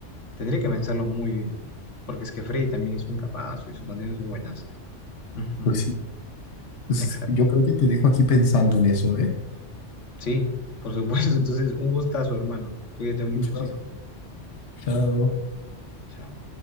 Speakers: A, on the left (about 80°); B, on the left (about 70°).
A: Tendría que pensarlo muy bien, porque es que Freddie también es un capazo y sus canciones son buenas. Ujú,
B: Pues sí, pues
A: Exacto.
B: yo creo que te dejo aquí pensando en eso, ¿eh?
A: Sí, por supuesto. <laughs> Entonces, un gustazo, hermano. Cuídate mucho,
B: Gustazo.
A: ¿sí?
B: Chao.
A: Chao.